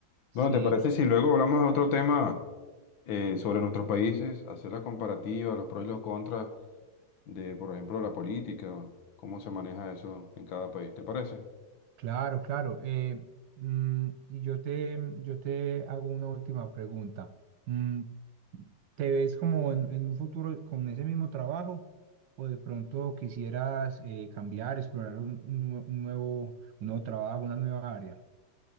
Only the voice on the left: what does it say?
Bueno, ¿te parece si
luego hablamos de otro tema eh, sobre nuestros países, hacer la comparativa, los pros y los contras de, por ejemplo, la política, cómo se maneja eso en cada país? ¿Te parece?